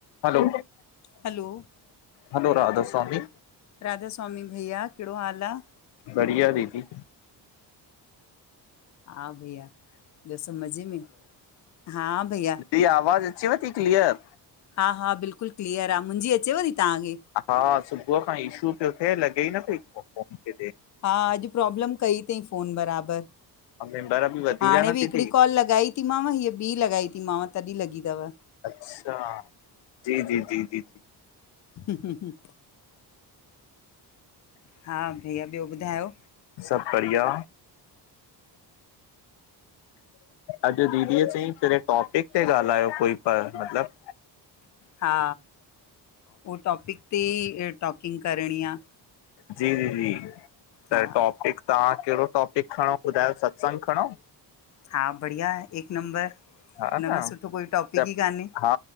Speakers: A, on the left; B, on the left.
A: हलो
B: hello
A: hello Radha Swami
B: Radha Swami भइया कहिड़ो हाल आह?
A: बढ़िया दीदी।
B: हा भईया। ॿियो सभु मज़े में? हा भैया।
A: हीरा आवाज़ु अचेव थी क्लीयर?
B: हा हा बिल्कुल क्लीअर आ मुंजी अचेव थी तहांखे
A: हा सुबुह खां इशू प्यो थे लॻे ई न पई
B: हा अॼु प्रॉब्लम कई तई फ़ोन बराबर
A: ऐं मेंबर बि वधी
B: हाणे
A: विया न
B: बी हिकड़ी
A: दीदी
B: कॉल लॻाई ती मांव हीय ॿी लॻाई ती मांव तॾी लॻी तव
A: अच्छा जी जी जी
B: हम्म हा भैया ॿयो ॿुधायो
A: सभु बड़़िया अॼु दीदी चई कहिं टॉपिक ते ॻाल्हायो कोई पर मत्लब
B: हा ओ टॉपिक तें टॉकिंग करणी आं
A: ज़ी जी जी
B: हा
A: त टॉपिक तहां केहड़ो टॉपिक खणो ॿुधायो सत्संग खणऊं
B: हा बढ़िया आ एक नंबर
A: हा
B: उनखां
A: न
B: सुठो कोई टॉपिक
A: त
B: ई कान्हे
A: हा